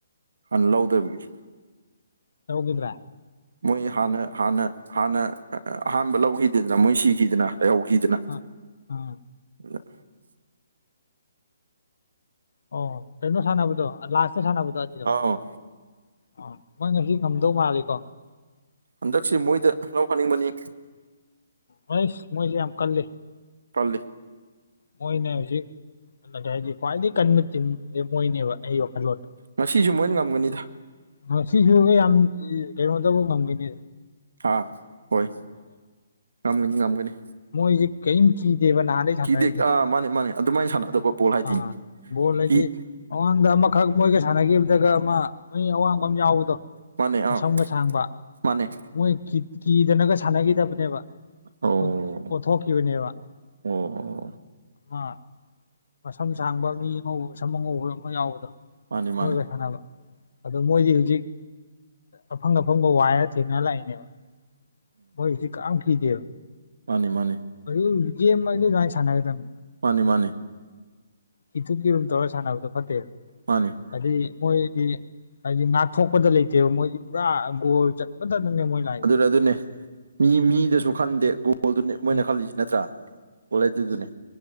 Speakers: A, on the right (about 75°); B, on the left (about 60°).
A: ꯍꯥꯟꯅ ꯂꯧꯗꯕꯒꯤ
B: ꯇꯧꯒꯗꯔꯥ
A: ꯃꯣꯏ ꯍꯟꯅ ꯍꯟꯅ ꯍꯥꯟꯅ ꯑꯍꯥꯝꯕ ꯂꯧꯒꯤꯗꯦꯗꯅ ꯃꯣꯏ ꯁꯤꯈꯤꯗꯅ ꯂꯩꯍꯧꯈꯤꯗꯅ
B: <unintelligible> ꯎꯝ
A: <unintelligible>
B: ꯑꯣ ꯀꯩꯅꯣ ꯁꯥꯟꯅꯕꯗꯣ ꯂꯥꯁꯇ ꯁꯥꯟꯅꯕꯗꯣ ꯑꯗꯨꯗꯣ
A: ꯑꯥꯎ
B: ꯑ ꯃꯣꯏꯅꯗꯤ ꯉꯝꯗꯧ ꯃꯥꯜꯂꯤꯀꯣ
A: ꯍꯟꯗꯛꯁꯤ ꯃꯣꯏꯗ ꯂꯧꯍꯟꯅꯤꯡꯕꯅꯤ
B: ꯍꯩꯁ ꯃꯣꯏꯗꯤ ꯌꯥꯝ ꯀꯜꯂꯤ
A: ꯀꯜꯂꯤ
B: ꯃꯣꯏꯅ ꯍꯨꯖꯤꯛ ꯂꯒꯥꯏꯒꯤ ꯈ꯭ꯋꯥꯏꯗꯩ ꯀꯟꯕ ꯇꯤꯝꯖ‌ꯦ ꯃꯣꯏꯅꯦꯕ ꯑꯩ ꯋꯥꯈꯜꯂꯣꯟꯗ
A: ꯉꯁꯤꯖꯨ ꯃꯣꯏꯟ ꯉꯝꯒꯅꯤꯗ
B: ꯉꯁꯤꯖꯨ ꯌꯥꯝ ꯀꯩꯅꯣꯗꯕꯨ ꯉꯝꯒꯅꯤ
A: ꯑꯥ ꯍꯣꯏ ꯉꯝꯒꯅꯤ ꯉꯝꯒꯅꯤ
B: ꯃꯣꯏꯖꯦ ꯀꯌꯤꯝ ꯀꯤꯗꯦꯕ ꯅꯍꯥꯟꯗꯩ ꯁꯥꯅꯔꯤꯅ‌ꯦ
A: ꯀꯤꯗꯦ ꯑꯥ
B: ꯃꯣꯏꯗꯤ
A: ꯃꯥꯅꯦ ꯃꯥꯅꯦ ꯑꯗꯨꯃꯥꯏꯅ ꯁꯥꯟꯅꯗꯕ ꯕꯣꯜ ꯍꯥꯏꯗꯤꯅꯦ
B: ꯑ ꯕꯣꯜ ꯂꯩꯗꯤ
A: ꯀꯤ
B: ꯃꯃꯥꯡꯗ ꯑꯃꯥꯈꯛ ꯃꯣꯏꯒ ꯁꯥꯅꯒꯤꯕꯗꯒ ꯑꯃꯥ ꯃꯤ ꯑꯋꯥꯡ ꯕꯝ ꯌꯥꯎꯕꯗꯣ
A: ꯃꯥꯅꯦ ꯑꯥ
B: ꯃꯁꯝꯒ ꯁꯥꯡꯕ
A: ꯃꯥꯅꯦ
B: ꯃꯣꯏ ꯀꯤꯗ ꯀꯤꯗꯅꯒ ꯁꯥꯅꯒꯤꯗꯕꯅꯦꯕ
A: ꯑꯣ
B: ꯄꯣꯗ ꯄꯣꯊꯣꯛꯈꯤꯕꯅꯦꯕ
A: ꯑꯣ
B: ꯑꯥ ꯃꯁꯝ ꯁꯥꯡꯕ ꯃꯤ ꯑꯉꯧꯕ ꯁꯝ ꯑꯉꯧꯕ ꯑꯃꯥ ꯌꯥꯎꯕꯗꯣ
A: ꯃꯥꯅꯤ
B: ꯃꯣꯏꯒ
A: ꯃꯥꯅꯤ
B: ꯁꯥꯅꯕ ꯑꯗꯨ ꯃꯣꯏꯗꯤ ꯍꯨꯖꯤꯛ ꯑꯐꯪ ꯑꯐꯪꯕ ꯋꯥꯏꯔ ꯊꯦꯡꯅ ꯂꯥꯛꯏꯅꯦꯕ ꯃꯣꯏ ꯍꯨꯖꯤꯛ ꯀꯅꯥꯝ ꯀꯤꯗꯦꯕ
A: ꯃꯥꯟꯅꯦ ꯃꯥꯟꯅꯦ
B: ꯍꯧꯖꯤꯛ ꯍꯨꯖꯤꯛ ꯒꯦꯝ ꯑꯗꯤ ꯑꯗꯨꯃꯥꯏ ꯁꯥꯅꯒꯗꯝꯅꯤ
A: ꯃꯥꯟꯅꯤ ꯃꯥꯟꯅꯦ
B: ꯀꯤꯊꯨ ꯀꯤꯔꯨꯝ ꯇꯧꯔ ꯁꯅꯕꯗꯣ ꯐꯠꯇꯦ
A: ꯃꯥꯟꯅꯦ
B: ꯑꯗꯩ ꯃꯣꯒꯤ ꯍꯥꯏꯗꯤ ꯉꯥꯛꯊꯣꯛꯄꯗ ꯂꯩꯇꯦꯕ ꯃꯣꯏꯗꯤ ꯄꯨꯔꯥ ꯒꯣꯜ ꯆꯟꯕꯗꯗꯪꯅꯦ ꯃꯣꯏꯅ
A: <unintelligible> ꯑꯗꯨꯅꯦ ꯃꯤ ꯃꯤꯗꯁꯨ ꯈꯟꯗꯦ ꯒ‌ꯣ ꯕꯣꯜꯗꯨ ꯅ‌ꯦ ꯃꯣꯏꯅ
B: ꯎꯝ
A: ꯈꯜꯂꯤꯖꯤꯅꯤ ꯅꯠꯇ꯭ꯔꯥ ꯒꯣꯜ ꯍꯥꯏꯗꯨꯗꯨꯅꯦ